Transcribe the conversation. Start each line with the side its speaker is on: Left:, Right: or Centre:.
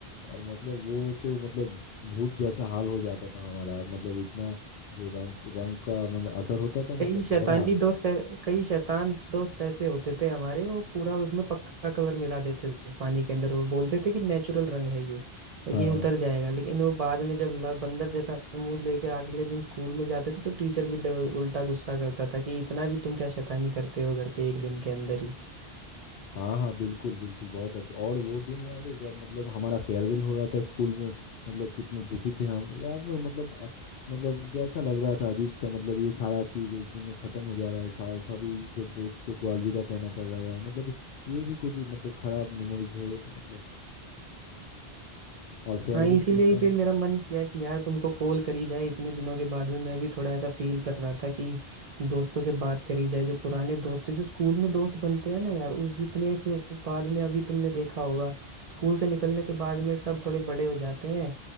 Left: और मतलब वो तो मतलब भूत जैसा हाल हो जाता था हमारा मतलब इतना जो रंग रंग का मतलब असर होता था
Right: कई
Left: मतलब
Right: शैतानी
Left: गहरा
Right: दोस्त ऐ- कई शैतान दोस्त ऐसे होते थे हमारे वो पूरा उसमें पक्का कलर मिला देते थे पानी के अंदर वो बोलते थे कि नेचुरल रंग है ये तो
Left: हाँ
Right: ये उतर जाएगा लेकिन वो बाद में जब ला- बंदर जैसा मुंह लेके अगले दिन स्कूल में जाते थे तो टीचर भी ड- उल्टा गुस्सा करता था कि इतना भी तुम क्या शैतानी करते हो घर पे एक दिन के अंदर ही
Left: हाँ हाँ बिल्कुल बिल्कुल बहुत अच्छा और वो दिन याद है जब मतलब हमारा फेयरवेल हो रहा था स्कूल में मतलब कितना दुखी थे हम या वो मतलब अ, मतलब कैसा लग रहा था अजीब सा मतलब ये सारा चीज़ एक दिन में ख़त्म हो जा रहा है सा, सभी जब दोस्तों को अलविदा कहना पड़ रहा है मतलब ये भी कुछ मतलब खराब मेमोरीज है मतलब और फेयरवेल
Right: हाँ इसीलिए
Left: प्रोग्राम
Right: ही फिर मेरा मन किया कि यार तुमको कॉल करी जाए इतने दिनों के बाद में मैं भी थोड़ा ऐसा फील कर रहा था कि दोस्तों से बात करी जाए जो पुराने दोस्त थे जो स्कूल में दोस्त बनते हैं ना यार उस जितने फिर बाद में अभी तुमने देखा होगा स्कूल से निकलने के बाद में सब थोड़े बड़े हो जाते हैं